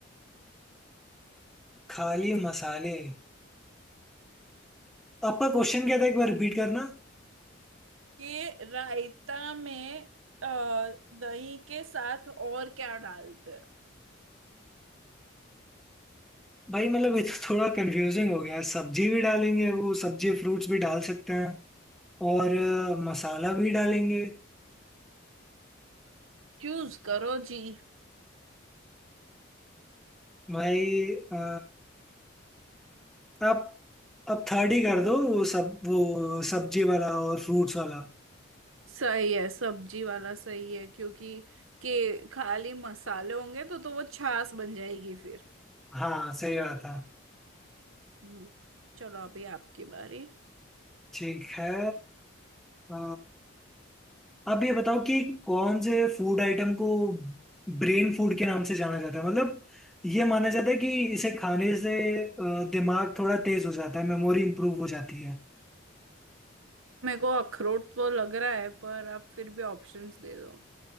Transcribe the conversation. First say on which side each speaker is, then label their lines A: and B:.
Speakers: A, in the centre; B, on the right (about 80°).
A: खाली मसाले आपका क्वेश्चन क्या था एक बार रिपीट करना
B: कि रायता में अ, दही के साथ और क्या डालते हैं
A: भाई मतलब ये तो थोड़ा कंफ्यूजिंग हो गया है। सब्जी भी डालेंगे वो सब्जी फ्रूट्स भी डाल सकते हैं और अ, मसाला भी डालेंगे
B: चूज करो जी
A: भाई अ, आप अब थर्ड ही कर दो वो सब वो सब्जी वाला और फ्रूट्स वाला
B: सही है सब्जी वाला सही है क्योंकि के खाली मसाले होंगे तो तो वो छाछ बन जाएगी फिर
A: हाँ सही बात है
B: हम्म चलो अभी आपकी बारी
A: ठीक है अ, अब ये बताओ कि कौन से फूड आइटम को ब्रेन फूड के नाम से जाना जाता है मतलब ये माना जाता है कि इसे खाने से अ, दिमाग थोड़ा तेज हो जाता है मेमोरी इंप्रूव हो जाती है
B: मेरे को अखरोट तो लग रहा है पर आप फिर भी ऑप्शंस दे दो